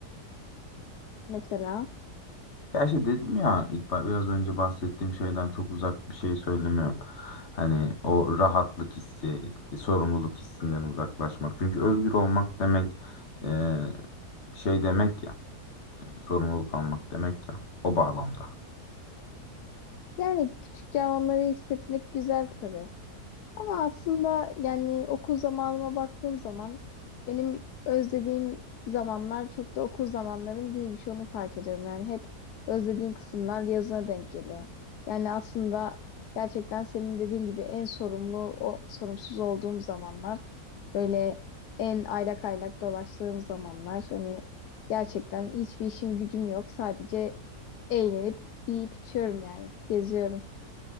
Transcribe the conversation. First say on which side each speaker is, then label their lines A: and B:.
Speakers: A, on the left; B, on the left.
A: Mesela
B: Ya işte dedim ya ilk ba- biraz önce bahsettiğim şeyden çok uzak bir şey söylemiyorum. Hani o rahatlık hissi, e, sorumluluk hissinden uzaklaşmak. Çünkü özgür olmak demek e, şey demek ya, sorumluluk almak demek ya. O bağlamda.
A: yani küçükken onları hissetmek güzel tabii. Ama aslında yani okul zamanıma baktığım zaman benim özlediğim zamanlar çok da okul zamanlarım değilmiş onu fark ediyorum. Yani hep özlediğim kısımlar yazına denk geliyor. Yani aslında gerçekten senin dediğin gibi en sorumlu, o sorumsuz olduğum zamanlar böyle en aylak aylak dolaştığım zamanlar hani gerçekten hiçbir işim gücüm yok sadece eğlenip yiyip içiyorum yani geziyorum.